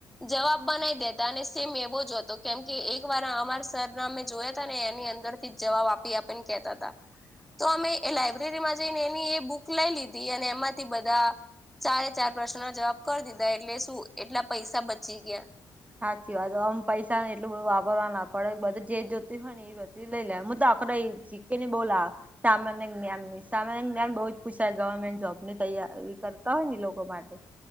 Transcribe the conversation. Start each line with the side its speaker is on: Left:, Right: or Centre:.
Centre: જવાબ બનાવી દેતા અને સેમ એવો જ હતો, કેમ કે એક વાર અમાર સરના મેમે જોયા હતા ને એની અંદર જવાબ આપી આપી ને કેતા હતા. તો અમે એ લાયબ્રેરીમાં જઈને એની એ બુક લઈ લીધી અને એમાં થી બધા ચારે ચાર પ્રશ્નો ના જવાબ કરી દીધા, એટલે શું, એટલા પૈસા બચી ગયા.
Right: સાચી વાત, આમ પૈસા ને એટલું બધું વાપરવા ના પડે, બધું જે જોતી હોય ને લઈ લે, હું તો આપડે જી ની બોલા સામાન. સામાન્ય જ્ઞાન બહુ જ પૂછાય, ગવર્મેન્ટ જોબ ની તૈયારી કરતા હોય ને લોકો માટે.